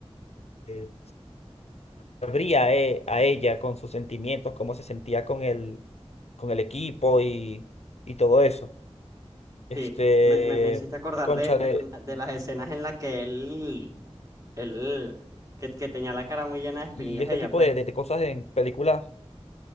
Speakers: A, on the left; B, on the right.
A: le- abría a, e- a ella con sus sentimientos, cómo se sentía con el, con el equipo y, y todo eso. Este,
B: sí. Me, me, me hiciste acordar
A: concha
B: de, de,
A: de,
B: una- de las escenas en las que él, él que, que tenía la cara muy llena de espinillas
A: y este
B: ella,
A: tipo
B: pues.
A: de, de- de cosas en películas.